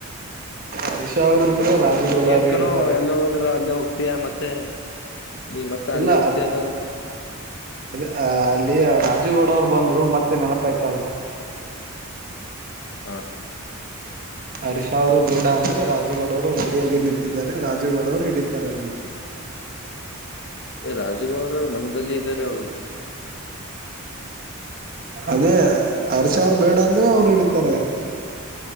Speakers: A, on the right (about 40°); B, on the left (about 55°).
A: ಹರ್ಷ ಅವ್ರು ಬಿಟ್ರೆ ರಾಜುಗೌಡ
B: ನೀವ ಏನ
A: ಅವರು
B: ಕಣೋ
A: ಹಿಡಿತಾರೆ
B: ಎಲ್ಲ ಹೋದ್ರ ಅಲ್ಲೇ ಹೋಗ್. ತಿಯ ಮತ್ತೆ ನೀ ಮತ್ತೆ ಅಲ್ಲೇ
A: ಇಲ್ಲ
B: ಹೋಗ್ತಿ ಅಲ್ಲ.
A: ಅದೇ ಅ ಅಲ್ಲಿ ರಾಜುಗೌಡ ಅವ್ರು ಬಂದ್ರು ಮತ್ತೆ ನೆನಪ ಆಯ್ತ ಅ.
B: ಹಾ ಹಾ.
A: ಹರೀಶಾ ಅವರು ಬೇಡ ಅಂದ್ರೆ ರಾಜುಗೌಡ ಅವರು ರೆಡಿಯಾಗಿ ನಿಂತಿದ್ದಾರೆ ರಾಜುಗೌಡ ಅವ್ರು ಹಿಡಿತಾರೆ ಅದನ್ನ.
B: <inaudible> ಎ ರಾಜಗೌಡ ಮನದಲ್ಲಿ ಇದಾರೆ ಅವರು.
A: ಅದೇ ಹರ್ಷ ಅವ್ರ ಬೇಡ ಅಂದ್ರೆ ಅವ್ರು ಹಿಡಿತಾರೆ.